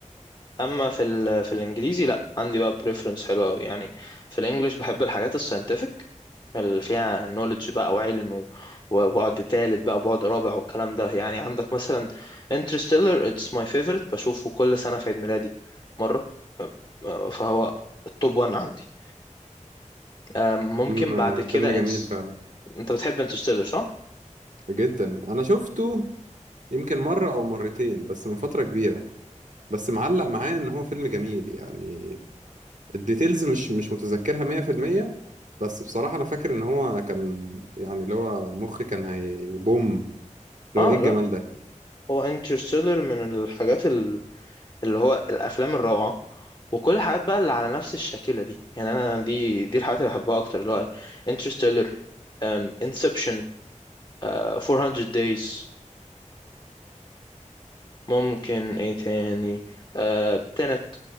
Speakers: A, on the left; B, on the right.
A: اما في ال... في الانجليزي لا عندي بقى بريفرنس حلو قوي يعني في الانجليش بحب الحاجات الساينتفك اللي فيها نوليدج بقى وعلم و- وبعد تالت بقى وبعد رابع والكلام ده يعني عندك مثلا انترستيلر اتس ماي فيفورت بشوفه كل سنة في عيد ميلادي مرة آه، فهو التوب 1 عندي آم، ممكن
B: فيلم
A: بعد كده
B: فيلم جميل
A: انس
B: فعلا
A: انت بتحب انترستيلر صح؟
B: جدا انا شفته يمكن مره او مرتين بس من فتره كبيره بس معلق معايا ان هو فيلم جميل يعني الديتيلز مش مش متذكرها 100% بس بصراحة أنا فاكر إن هو كان يعني اللي هو مخي كان هيبوم اللي
A: اه
B: هو إيه الجمال
A: لا
B: ده
A: هو انترستيلر من الحاجات اللي هو الافلام الروعه وكل الحاجات بقى اللي على نفس الشاكله دي يعني انا دي دي الحاجات اللي بحبها اكتر اللي هو انترستيلر انسبشن 400 دايز ممكن ايه تاني تنت